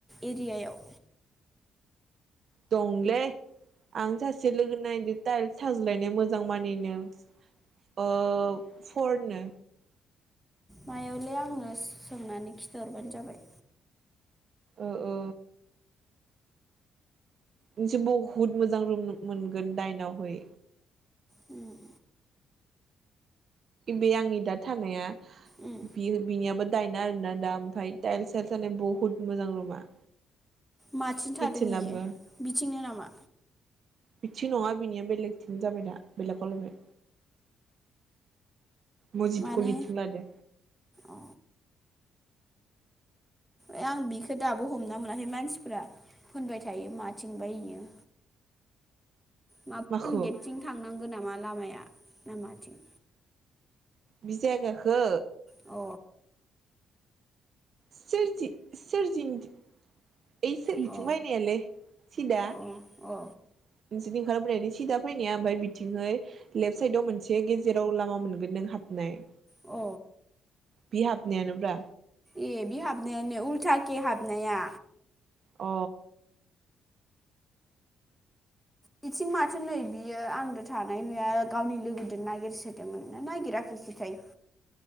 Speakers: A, in the centre; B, on the right.
A: एरिआव
B: दंलै आं सासे लोगो नायदो थाइल्स साज्लायनाय मोजां मोजां मानिनो फरनो
A: मायावलै आंनो सोंनानै खिथरबानो जाबाय।
B: ओ ओ। मोनसे बहुद मोजां रुम मो-मोनगोन दा एनावहै।
A: ओम।
B: बे आंनि दा थानाया
A: उम
B: बियो बिनियाबो दायन आरोना दा ओमफ्राय टाइल्स साइल्स जानाय बहुत मोजां रुमा।
A: माथिं थादों
B: किटसेनाबो
A: इयो बिथिंनो नामा?
B: बिथिं नङा बिनिया बेलेगथिंनो जाबाय दा बेलेग आव लाबाइ। मजिद
A: माने
B: खलिथिं लादो।
A: अ ए आं बिखौ दाबो हमना मोनाखै मानसिफ्रा होनबाय थायो माथिंबाय इयो? माफुन
B: माखौ
A: गेटथिं थांनांगौ नामा लामाया? ना माथिं?
B: बि जागाखो?
A: अ।
B: सोरजि सोरजिनदि ओइसो बिथिं
A: अ
B: फायनायालै सिदा नोंसोरनि
A: अ अ
B: <unintelligible> सिदा फैनाया ओमफ्राय बिथिंहै लेफ्ट साइदआव मोनसे गेजेराव लामा मोनगोन नों हाबनाय।
A: अ।
B: बि हाबनायानोब्रा।
A: ए बे हाबनायानो उल्था खै हाबनाया?
B: अ।
A: बिथिं माथो नै बियो आंदो थानाय हैया गावनि लोगोदों नागिरसोदोंमोन ना नागिराखैसैथाय।